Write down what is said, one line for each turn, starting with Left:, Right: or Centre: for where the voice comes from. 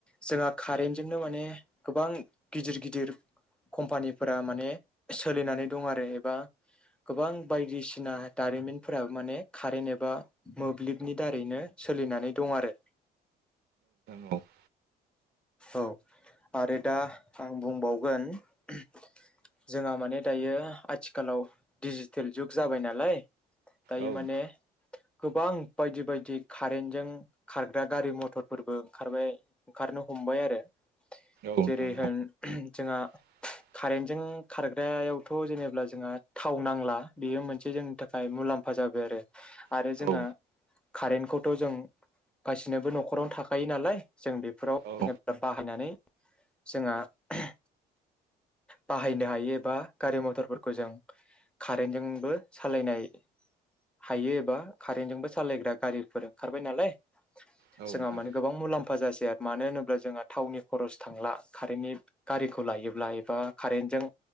Centre: जोंहा कारेनजोंनो माने गोबां गिदिर गिदिर कम्पानिफोरा माने सोलिनानै दं आरो एबा गोबां बायदिसिना दारिमिनफोरा माने कारेन्ट एबा मोब्लिबनि दारैनो सोलिनानै दं आरो।
Right: औ। <inaudible>
Centre: औ आरो दा आं बुंबावगोन ओहोम। जोंहा माने दायो आथिखालाव डिजिटेल जुग जाबाय नालाय। दायो
Right: औ
Centre: माने गोबां बायदि बायदि कारेनजों खारग्रा गारि मथरफोरबो ओंखारबाय ओंखारनो हमबाय आरो
Right: नोंथां
Centre: जेरै होन ओहो जोंहा
Right: <inaudible>
Centre: कारेन्टजों खारग्रायावथ' जेनेब्ला जोंहा थाव नांला बेयो मोनसे जोंनि थाखाय मुलाम्फा जा जाबाय आरो। आरो
Right: औ
Centre: जोंहा
Right: औ
Centre: कारेन्टखौथ' जों गासिनोबो न'खरावनो थाखायो नालाय। जों बेफोराव
Right: औ औ
Centre: जोङो बाहायनानै जोंहा ओहो बाहायनो हायो एबा गारि मथरफोरखौ जों कारेन्टजोंबो सालायनाय हायो एबा कारेन्टजोंबो सालायग्रा गारिफोर ओंखारबाय नालाय।
Right: नोंथां
Centre: जोंहा माने गोबां मुलाम्फा जासै आरो। मानो होनोब्ला जोंहा टावननि खरस थांला कारेन्टनि गारिखौ लायोब्ला एबा कारेन्टजों